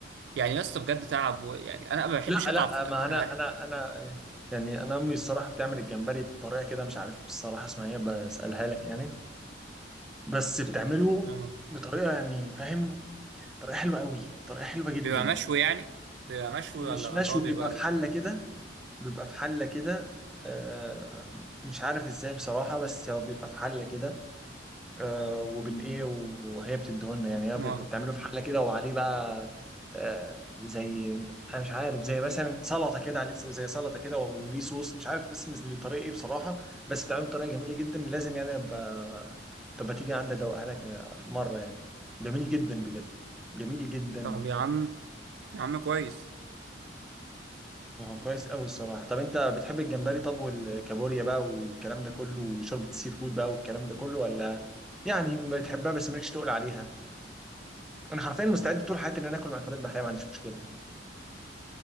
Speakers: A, on the right (about 70°); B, in the centre.
A: يعني يا اسطى بجد تعب و... يعني انا ما بحبش
B: لا
A: اتعب
B: لا
A: في الاكل
B: ما انا
A: انا بحب...
B: انا انا يعني انا امي الصراحه بتعمل الجمبري بطريقه كده مش عارف الصراحه اسمها ايه بسالها لك يعني بس بتعمله
A: آه.
B: بطريقه يعني فاهم طريقه حلوه قوي طريقه حلوه جدا
A: بيبقى مشوي يعني بيبقى مشوي
B: مش
A: ولا
B: مشوي
A: اللي هو بيبقى
B: بيبقى في حله كده بيبقى في حله كده آه، مش عارف ازاي بصراحه بس هو بيبقى في حله كده آه وبن ايه وهي بتديهولنا يعني هي بتبقى
A: اه
B: بتعمله في حله كده وعليه بقى آه زي انا مش عارف زي مثلا سلطه كده عليه زي سلطه كده وليه صوص مش عارف اسم الطريقه ايه بصراحه بس بتعمله بطريقه جميله جدا لازم يعني ابقى طب ما تيجي عندي ادوقها لك آه، في مره يعني جميل جدا بجد جميل جدا
A: طب يا عم يا عم كويس
B: ما هو كويس قوي الصراحه طب انت بتحب الجمبري طب والكابوريا بقى والكلام ده كله وشوربه السي فود بقى والكلام ده كله ولا يعني بتحبها بس مالكش تقول عليها انا حرفيا مستعد طول حياتي ان انا اكل مأكولات بحرية ما عنديش مشكلة يعني